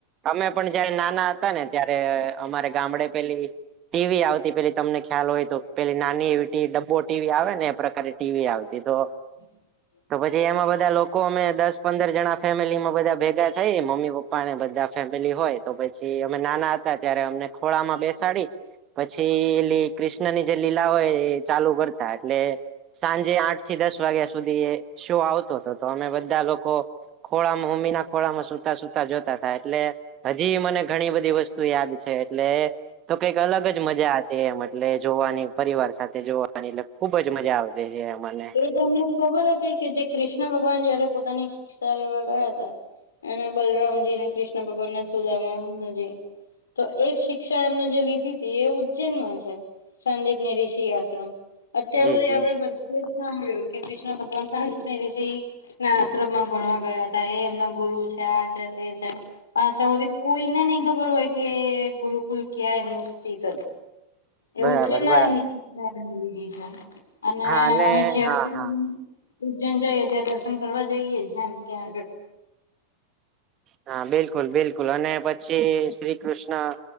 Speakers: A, on the right; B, on the left.
A: અમે પણ જયારે નાના હતા ને ત્યારે અમારે ગામડે પેલી ટીવી આવતી પેલી તમને ખ્યાલ હોય તો પે ના એ ટ ડબ્બો ટીવી આવે ને એ પ્રારે ટીવી આવતી તો
B: હમ
A: તો પછી એમાં બધા લોકો અમે દસ પંદર જણા ફેમિલી માં બધા ભેગા થઈ મમ્મી પપ્પ પ્પાને બધા ફેમિલી હોય તો પછી અમે નાના હતા ત્યારે અમને ખોળામાં બેસાડી પછી એ કૃષ્ણની જે લીલા હોય એ ચાલુ કરતા એટલે સાંજે આઠ થી દસ વાગ્યા સુધી એ શો આવતો હતો તો અમે બધા લોકો ખોળામાં મમ્મી ના ખોળામાં સુતા સુૂતા જોતા થાય એટલે હજી મને ઘણી બધી વસ્તુ યાદ છે એટલે તો કઈક અલગ જ મજા છે એમ એટલે જોવાની પરિવાર સાથે જોવાની એટલે ખુબ જ મજા આવતી છે અમાને
B: એ તમને ખબર હતી કે જે કૃષ્ણ ભગવાન જયારે પોતાની શિક્ષા લેવા ગયા હતા અને બલરામજી અને કૃષ્ણ ભગવાન ના સુજાજી તો એક શિક્ષા એમને જે લીધી હતી એ ઉજ્જૈનમાં છે સંદીપની ઋષિ આશ્રમ અત્યાર
A: જી
B: સુધી
A: જી
B: આપડે પ્રે્ મળ્યો કે કૃષ્ણ ભગવાન સા વિષય ના આશ્રમ માં ભણવા ગયા હતા એ એમના ગુરુ છે આ છે તે છે અ તો ઓ કોઈને નહી ખબર હોય કે ગુરુકુલ ક્યા એમનું સ્થિત એ
A: બરાબર
B: ઉજ્જૈન માં
A: બરાબર
B: એમનીધ છે. અને
A: હા અને
B: અમે જ આગળ
A: હા હા
B: ઉજ્જૈન જઈએ ત્યાં દર્શન કરવા જઈએ છેમ ત્યાં આગળ‌.
A: હા બિલકુલ બિલકુલ અને પછી શ્રી કૃષ્ણ.